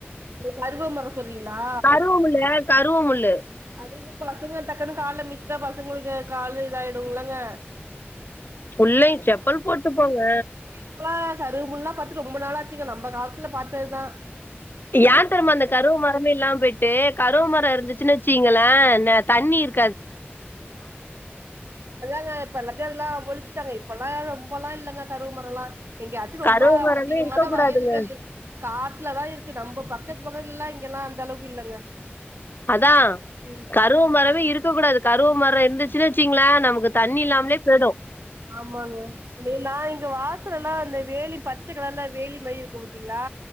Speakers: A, on the right; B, on the left.
A: கருவ மரம் சொல்ட்றீங்ளா
B: கருவ முள்ளு
A: அது பசங்க டக்குன்னு கால்ல மிச்சிட்டா பசங்களுக்கு காலு இதாயிடுங்கில்லங்க
B: உள்ளை செப்பல் போட்டு போங்க
A: இப்பல்லா கருவ முள்ளா பாத்து ரொம்ப நாளாச்சுங்க நம்ம காலத்துல பார்த்ததுதா
B: ஏ தெரிமா அந்த கருவு மரமே இல்லாம போயி்ட்டு கருவ மரம் இருந்துச்சுன்னு வச்சுங்களே தண்ணீர்
A: அதாங்க இப்ப எல்லாத்தையு எல்லா ஒழிச்சிட்டாங்க இப்பல்லா ரொம்பல்லா இல்லங்க கருவ மரல்லா எங்கியாச்சி ரொம்ப
B: கருவ மரமே
A: அதிகமான
B: இருக்கக்கூடாதுங்க
A: வயல் வெலி காட்லதா இருக்கு நம்ப பக்கத்து பக்கத்துலல்லா இங்கல்லா அந்த அளவுக்கு இல்லங்க
B: அதா
A: ம்
B: கருவு மரமே இருக்க கூடாது கருவு மர இருந்துச்சின் வச்சீங்ளா நமக்கு தண்ணி இல்லாமலே போய்டு
A: ஆமாங்க நா இங்க வாசலல்லா இந்த வேலி பச்ச கலர்ல வேலி மேரி இருக்கு பாத்தீங்களா